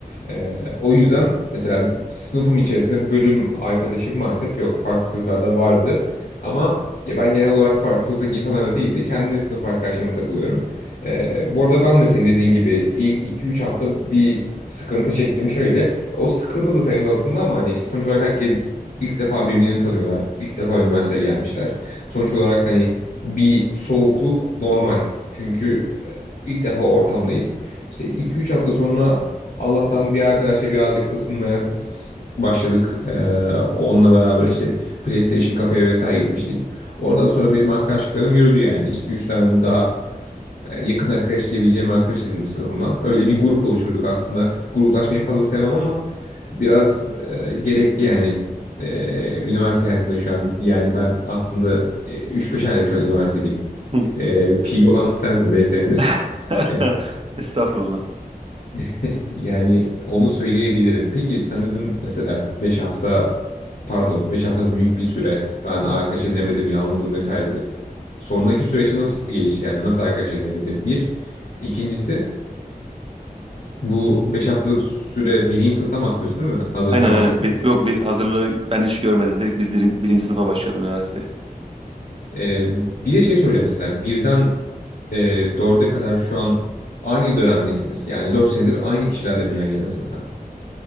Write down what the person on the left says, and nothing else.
Ee, o yüzden mesela sınıfım içerisinde bölüm arkadaşım maalesef yok. Farklı sınıflarda vardı. Ama ya ben genel olarak farklı sınıftaki insanlarla değil de kendi sınıf arkadaşlarımla takılıyorum. Ee, bu arada ben de senin dediğin gibi ilk iki üç hafta bir sıkıntı çektim şöyle. O sıkıntı da sayımız aslında ama hani sonuç olarak herkes ilk defa birbirlerini tanıyorlar. İlk defa üniversiteye gelmişler. Sonuç olarak hani bir soğukluk normal. Çünkü e, ilk defa ortamdayız. İşte 2-3 hafta sonra Allah'tan bir arkadaşla birazcık ısınmaya s- başladık. Ee, onunla beraber işte PlayStation kafeye vesaire gitmiştik. Oradan sonra benim arkadaşlıklarım yürüdü yani. iki üç tane daha e, yakın arkadaş diyebileceğim arkadaş edindim sınıfımdan. Öyle bir grup oluşturduk aslında. Gruplaşmayı fazla sevmem ama biraz e, gerekti yani. E, üniversite hayatımda şu an yani ben aslında e, 3-5 aylık şu an üniversitedeyim.
E, piri olan sensin 5 senedir.
E,
<laughs> Yani onu söyleyebilirim. Peki sen dedin mesela beş hafta pardon 5 hafta büyük bir süre ben arkadaş edinemedim yalnızım vesaire dedin. Sonraki süreçte nasıl gelişti yani nasıl arkadaş edinebildin? Bir. İkincisi bu 5 haftalık süre birinci sınıftan bahsediyorsun değil mi? Hazırlıktan
bahsetmiyorsun.
Ee, bir de şey soracağım mesela birden e, dörde kadar şu an aynı dönem misiniz? Yani 4 senedir aynı kişilerle mi yan yanasın sen?